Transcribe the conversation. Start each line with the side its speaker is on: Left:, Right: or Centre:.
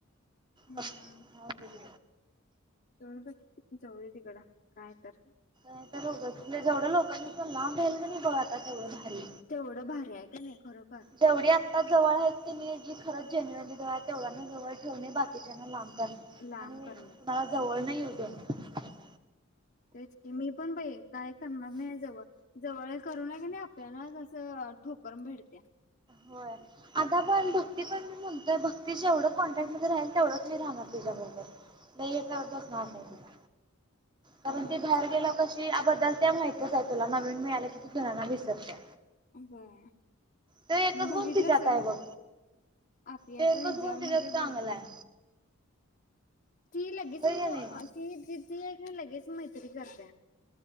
Left: हम्म
Right: ह.
Left: सोड बै जाऊ दे तिकड काय तर.
Right: नाही तरं उगच लई जेवढं लोकांनी पण लांब राहील की नाही डो आता तेवढं हॅलो
Left: तेवढं भारी आहे का नाही खरोखर
Right: जेवढी आता जवळ आहेत की नई जी खरं जेन्यूइन जी जे आहेत तेवढांना जवळ ठेवणे बाकीच्याना लांब आणि
Left: लांब करणे
Right: मला जवळ नाही येऊ देत. <inaudible>
Left: तेच की मी पण बइ काय करणार नाही जवळ, जवळ करू न की नाही आपल्यालाच असं ठोकर भेडत्या.
Right: होय आता पण भक्ती पण मी म्हणतोय भक्तीशी जेवढं कॉन्टॅक्ट मध्ये राहील तेवढंच ती राहणार तुझ्याबरोबर, नाही हे करत बसणार नाही तुला. कारण
Left: राहायचं
Right: ती बाहेर गेल्यावर कशी याबद्दल ते माहि कसय तुला नवीन मिळालं की तू जुन्याना विसरत्या.
Left: बर.
Right: ते एकच
Left: मी
Right: गुण
Left: बघितल
Right: तिच्यात
Left: स
Right: आहे बघ
Left: आपियाच
Right: ते एकच
Left: हिजाबमध्ये
Right: गुण तिच्यात चांगला
Left: बघि
Right: आहे.
Left: ती लागेच
Right: होय की
Left: म
Right: नाही
Left: ती जीते की लगेच मैत्री करत्या.